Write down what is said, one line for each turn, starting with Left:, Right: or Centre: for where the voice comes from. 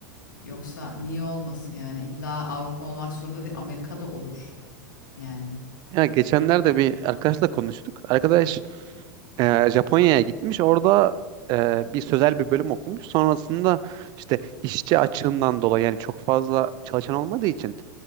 Left: Yoksa niye olmasın yani illa Avrupa olmak zorunda değil Amerika'da olur yani.
Right: Ya geçenlerde bir arkadaşla konuştuk. Arkadaş e, Japonya'ya gitmiş. Orada e, bir sözel bir bölüm okumuş. Sonrasında işte işçi açığından dolayı yani çok fazla çalışan olmadığı için